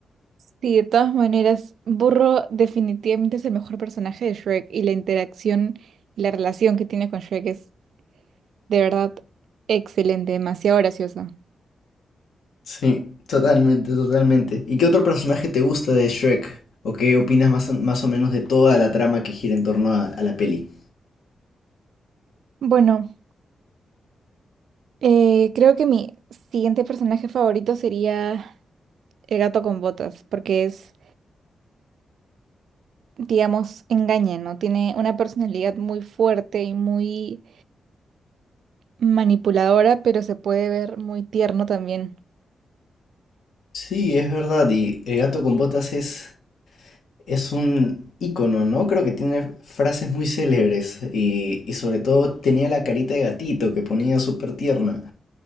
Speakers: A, on the right; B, on the left.
A: Sí, de todas maneras, Burro definitivamente es el mejor personaje de Shrek y la interacción y la relación que tiene con Shrek es de verdad excelente, demasiado graciosa.
B: Sí, totalmente, totalmente. ¿Y qué otro personaje te gusta de Shrek? ¿O qué opinas más o, más o menos de toda la trama que gira en torno a, a la peli?
A: Bueno, eh, creo que mi siguiente personaje favorito sería el gato con botas, porque es, digamos, engaña, ¿no? Tiene una personalidad muy fuerte y muy manipuladora, pero se puede ver muy tierno también.
B: Sí, es verdad, y el gato con botas es, es un ícono, ¿no? Creo que tiene frases muy célebres y, y sobre todo tenía la carita de gatito que ponía súper tierna.